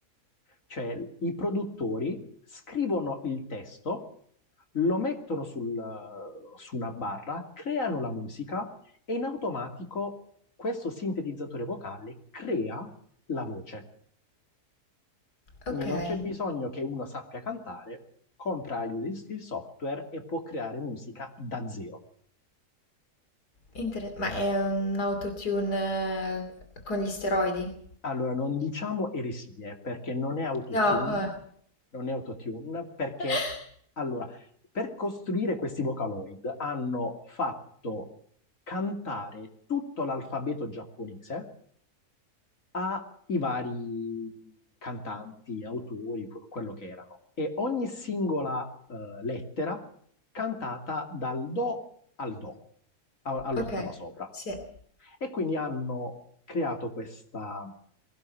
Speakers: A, on the left; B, on the left.
A: cioè i produttori scrivono il testo, lo mettono sul, su una barra, creano la musica e in automatico questo sintetizzatore vocale crea la voce. Quindi
B: okay.
A: non c'è bisogno che uno sappia cantare, compra il, il software e può creare musica da zero.
B: Intere ma è un autotune eh, con gli steroidi?
A: Allora, non diciamo eresie perché non è autotune,
B: No, eh.
A: non è autotune perché,
B: <laughs>
A: allora, per costruire questi Vocaloid hanno fatto cantare tutto l'alfabeto giapponese ai vari cantanti, autori, que- quello che erano. E ogni singola eh, lettera cantata dal do al do, a- all'ottava
B: Okay,
A: sopra.
B: sì.
A: E quindi hanno creato questa